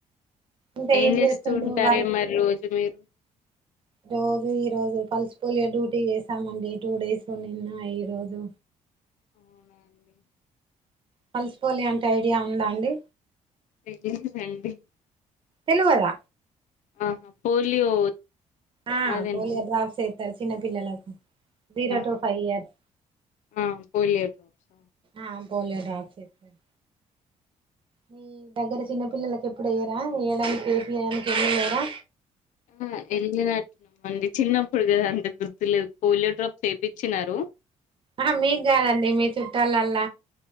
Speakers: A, on the right (about 40°); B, on the left (about 80°).
A: ఇంకా
B: ఏం చేస్తూ
A: చేస్తుండ్రు
B: ఉంటారే
A: వర్క్
B: మరి రోజు మీరు
A: రోజు ఈ రోజు పల్స్ పొలియో డ్యూటీ చేసామండి టూ డేస్ నిన్న ఈ రోజు
B: అవున అండి
A: పల్స్ పోలియే అంటే ఐడియా ఉందా అండి
B: <unintelligible>
A: తెలువదా
B: ఆహా పోలియో
A: ఆ
B: అదేనా
A: పోలియో డ్రాప్స్ ఎత్తరు చిన్న పిల్లలకు జీరో
B: ఆ
A: టు ఫైవ్ ఇయర్స్
B: ఆ పోలియో డ్రాప్స్
A: ఆ పోలియో డ్రాప్స్ ఎత్తారు మీ దగ్గర చిన్న పిల్లలకి ఎప్పుడు వేయరా వేయడానికి ఏపీయడానికి ఎవరు లేరా
B: ఆ ఎల్లి నాటి మళ్ళీ చిన్నప్పుడు కదా అంత గుర్తులేదు పోలియో డ్రాప్స్ ఏపీచ్చినారు
A: ఆ మీకు కాదండి మీ చుట్టాలల్ల